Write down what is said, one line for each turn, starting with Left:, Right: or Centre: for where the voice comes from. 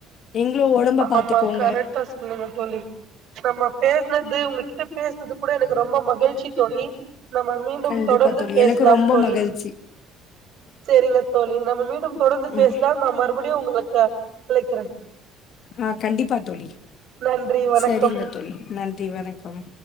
Left: நீங்களு ஒடம்ப பாத்துக்கோங்க
Right: ஆமா கரட்டா சொன்னிக தோழி நம்ம பேசினது உங்ககிட்ட பேசுனது கூட எனக்கு ரொம்ப மகிழ்ச்சி தோழி நம்ம மீண்டும்
Left: கண்டிப்பா
Right: தொடர்ந்து
Left: தோழி
Right: பேசலாம்
Left: எனக்கு ரொம்ப
Right: தோழி
Left: மகிழ்ச்சி
Right: சரிங்க தோழி நம்ம மீண்டும் தொடர்ந்து பேசலாம்
Left: ம்
Right: நாம் மறுபடியும் நான் உங்களுக்கு வக்கிறேன்
Left: ஆஹ் கண்டிப்பா தோழி
Right: நன்றி வணக்கம்
Left: சரிங்க தோழி நன்றி வணக்கம்